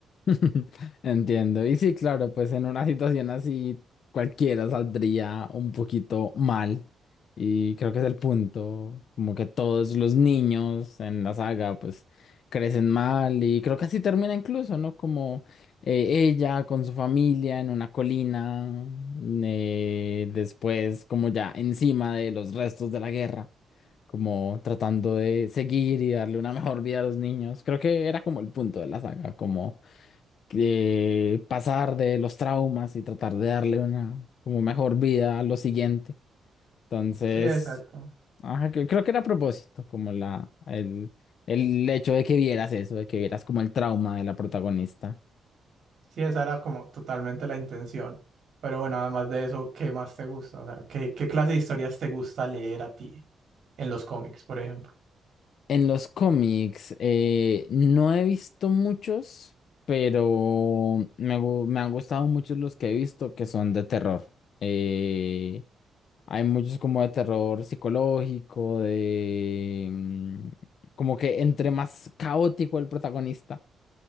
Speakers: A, on the left (about 55°); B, on the right (about 50°).
A: <laughs> Entiendo. Y sí, claro, pues en una situación así cualquiera saldría un poquito mal. Y creo que es el punto, como que todos los niños en la saga pues crecen mal y creo que así termina incluso, ¿no? Como eh, ella con su familia en una colina, eh, después como ya encima de los restos de la guerra, como tratando de seguir y darle una mejor vida a los niños. Creo que era como el punto de la saga, como eh, pasar de los traumas y tratar de darle una como mejor vida a lo siguiente. Entonces,
B: Sí, exacto.
A: ajá, cre- creo que era a propósito, como la, el, el hecho de que vieras eso, de que vieras como el trauma de la protagonista.
B: Sí, esa era como totalmente la intención. Pero bueno, además de eso, ¿qué más te gusta? O sea, ¿qué, qué clase de historias te gusta leer a ti en los cómics, por ejemplo?
A: En los cómics, eh, no he visto muchos, pero me, gu- me han gustado muchos los que he visto que son de terror. Eh, Hay muchos como de terror psicológico, de... mm, Como que entre más caótico el protagonista,